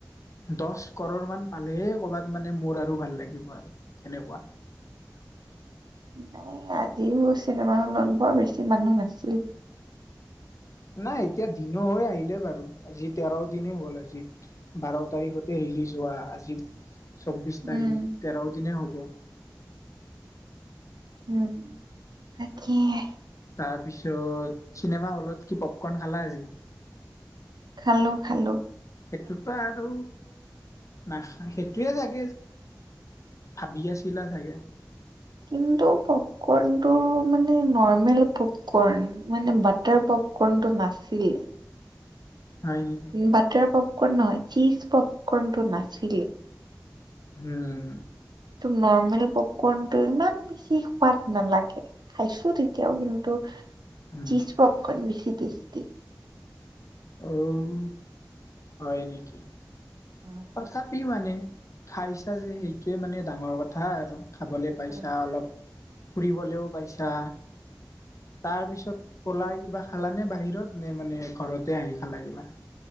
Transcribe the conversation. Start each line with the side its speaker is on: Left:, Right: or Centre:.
Left: দচ কৰ'ৰ মান পালেহে ক'ৰবাত মানে মোৰ আৰু ভাল লাগিব আৰু তেনেকুৱা।
Right: <inaudible> আজিও চিনেমা হলত বৰ বেছি মানুহ নাছিল।
Left: নাই, এতিয়া দিনো হৈ আহিলে বাৰু, আজি তেৰ দিনে হ'ল আজি। বাৰ তাৰিখতে ৰিলিজ হোৱা আজি চৌবিশ তাৰিখ,
Right: উম।
Left: তেৰ দিনে হ'ব।
Right: উম, তাকেই।
Left: তাৰপিছত চিনেমা হলত, কি পপকৰ্ন খালা আজি?
Right: খালো, খাই
Left: সেইটোতো আৰু নাখ সেইটোৱেই লাগে ভাবি আছিলা চাগে
Right: কি <unintelligible> কিন্তু পপকৰ্ণ টো মানে নৰ্মেল পপকৰ্ণ মানে বাটাৰ পপকৰ্ণ টো নাছিল
Left: <inaudible> হয় নেকি
Right: বাটাৰ পপকৰ্ণ নহয় চীজ পপকৰ্ণটো নাছিলে।
Left: হম।
Right: নৰ্মেলী পপকৰ্নটো ইমান বেছি সোৱাদ নালাগে খাইছো। তিও কিন্তু
Left: উম
Right: চিজ পকক বেছি টেষ্টি।
Left: উম হয় নেকি
Right: উম,
Left: তথাপি মানে খাইছা যে সেইটোৱে মানে ডাঙৰ কথা আৰু। খাবলৈ পাইছা
Right: উম।
Left: অলপ ফুৰিবলৈও পাইছা তাৰ পিছত পলাই কিবা খালানে বাহিৰত নে মানে ঘৰতে আহি ভাল লাগিবা